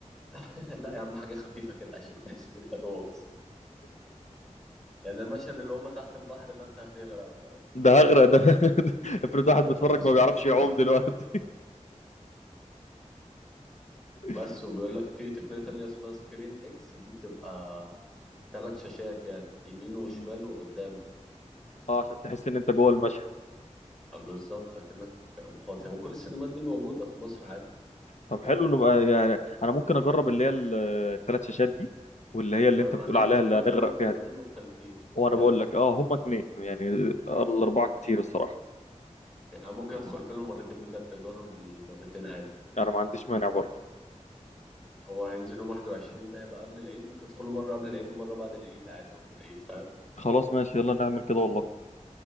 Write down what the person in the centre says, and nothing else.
<laughs> <applause> لا يا عم حاجه خفيفه كده عشان تحس ان انت جوه بس يعني المشهد اللي هم تحت البحر ده انت هتغرق
فغطسوك
بالكرسي
بس وبيقول لك في تقنيه تانية اسمها سكرين اكس دي بتبقى ثلاث شاشات يعني يمين وشمال
وقدامك
آه، بالظبط كأنك محاط يعني. وكل السينمات دي موجوده في مصر عادي
انا
ما
عنديش
مشكله
ادخله بطريقتين
مختلفين
بجد
يعني ممكن ادخل فيلم مرتين بجد اجرب المرتين عادي
هو هينزل يوم 21 ده هيبقى قبل العيد ممكن ادخله مره قبل العيد ومره بعد العيد عادي او في العيد فاهم